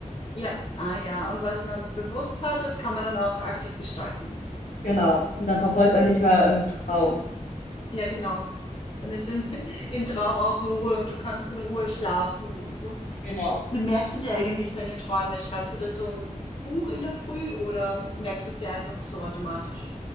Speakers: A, on the left (about 40°); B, on the left (about 70°).
A: Ja, ah ja. Und was man bewusst hat, das kann man dann auch aktiv gestalten.
B: Genau. Und dann
A: Also
B: verfolgt
A: ich,
B: es einen nicht mehr im Traum.
A: ja, genau. Dann ist im, <laughs> im Traum auch Ruhe und du kannst in Ruhe schlafen und so.
B: Genau.
A: Wie merkst du dir eigentlich deine Träume? Schreibst du da so ein Buch in der Früh oder merkst du sie einfach so automatisch?